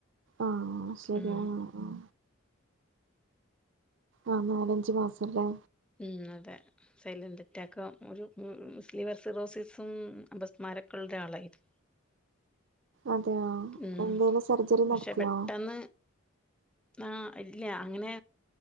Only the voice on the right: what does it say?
ആഹ് ശെരിയാണ്
ആഹ് ആഹ് നാലഞ്ച് മാസംലെ
അതെയോ
എന്തേലും സർജറി
നടത്തിയോ